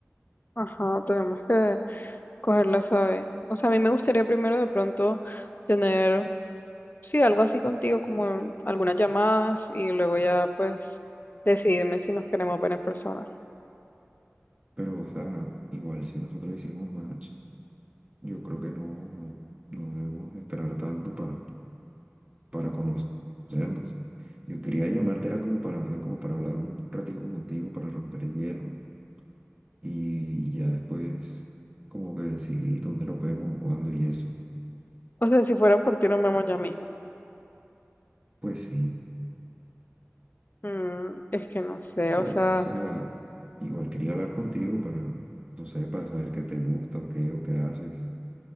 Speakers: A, on the left; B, on the right.
A: ajá, tenemos que cogerla, sabe. O sea, a mí me gustaría primero de pronto tener, sí, algo así contigo, como en algunas llamadas y luego ya, pues, decidirme si nos queremos ver en persona.
B: Pero, o sea, igual si nosotros hicimos match, yo creo que no, no, no debemos esperar tanto para, para conocernos. Yo quería llamarte, era como para, ajá, como para hablar un ratico contigo, para romper el hielo Y ya después, como que decidí dónde nos vemos, cuándo y eso.
A: O sea, si fuera por ti, nos vemos ya mismo.
B: Pues sí,
A: Mm, es que no sé,
B: pero,
A: o sea...
B: o sea, igual quería hablar contigo para, no sé, para saber qué te gusta o qué, o qué haces.